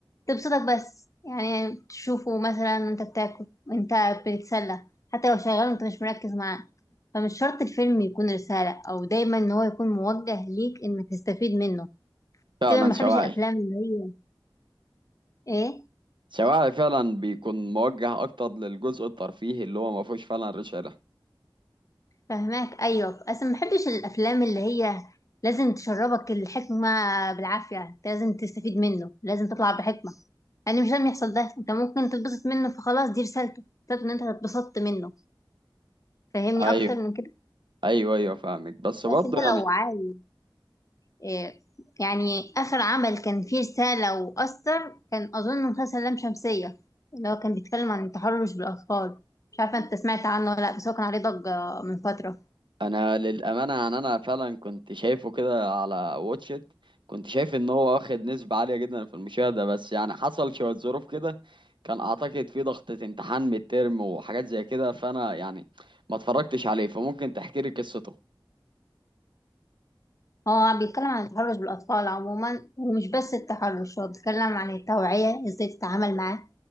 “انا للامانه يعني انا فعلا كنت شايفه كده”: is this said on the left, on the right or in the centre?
Right